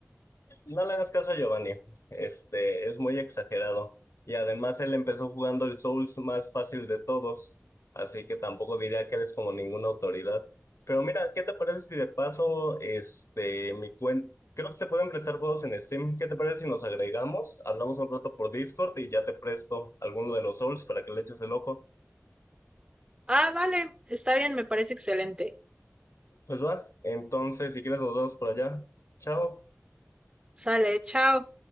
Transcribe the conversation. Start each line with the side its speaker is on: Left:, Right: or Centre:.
Left: No le hagas caso a Giovanni, este, es muy exagerado. Y además él empezó jugando el Souls más fácil de todos, así que tampoco diría que él es como ninguna autoridad. Pero mira, ¿qué te parece si de paso, este, mi cuenta, creo que se pueden prestar juegos en Steam. ¿Qué te parece si nos agregamos? Hablamos un rato por Discord y ya te presto alguno de los Souls para que le eches de loco.
Right: Ah, vale, está bien, me parece excelente.
Left: Pues va, entonces si quieres nos vemos por allá. Chao.
Right: Sale, chao.